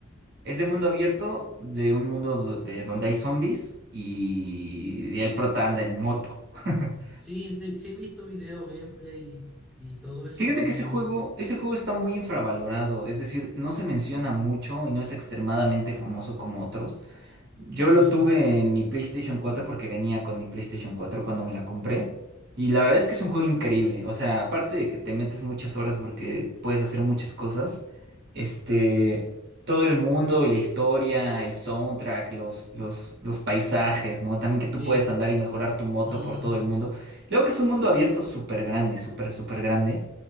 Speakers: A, on the right; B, in the centre.
A: Es de mundo abierto, de un mundo do- de- donde hay zombies y, y el prota anda en moto. <laughs>
B: Sí, sí, sí he visto video, gameplay y, y todo eso.
A: Fíjate
B: pero
A: que ese juego, ese juego está muy infravalorado, es decir, no se menciona mucho y no es extremadamente famoso como otros. Yo
B: Sí,
A: lo tuve en mi PlayStation cuatro porque venía con mi PlayStation cuatro cuando me la compré. Y la verdad es que es un juego increíble. O sea, aparte de que te metes muchas horas porque puedes hacer muchas cosas, este, todo el mundo y la historia, el soundtrack, los, los, los paisajes, ¿no? También que tú
B: sí.
A: puedes andar y mejorar tu moto
B: mm.
A: por todo el mundo. Luego que es un mundo abierto súper grande, súper, súper grande.